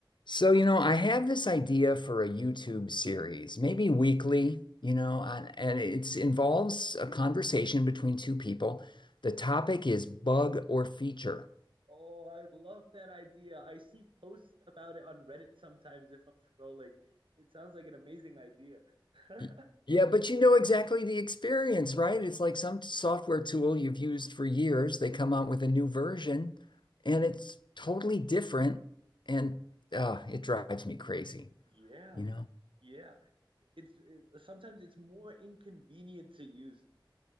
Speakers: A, on the left (about 65°); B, on the right (about 80°).
A: So, you know, I have this idea for a YouTube series, maybe weekly, you know, and, and it involves a conversation between two people. The
B: Uh,
A: topic is bug or feature.
B: Oh, I love that idea. I see posts about it on Reddit sometimes if I'm scrolling. It sounds like an amazing idea. <laughs>
A: Y- Yeah, but you know exactly the experience, right? It's like some software tool you've used for years. They come out with a new version and it's totally different and uh, it drives me crazy,
B: Yeah,
A: you know?
B: yeah. It's it, sometimes it's more inconvenient to use.